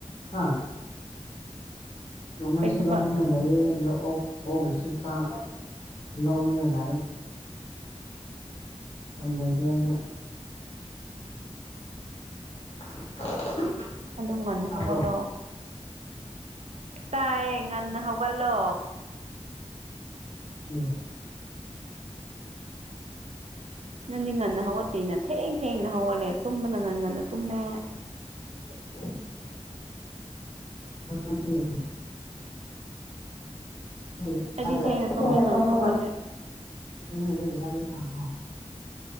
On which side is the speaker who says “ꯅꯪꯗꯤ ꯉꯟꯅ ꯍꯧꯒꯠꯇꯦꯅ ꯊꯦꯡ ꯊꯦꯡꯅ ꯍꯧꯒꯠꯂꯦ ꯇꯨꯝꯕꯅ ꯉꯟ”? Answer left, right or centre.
Right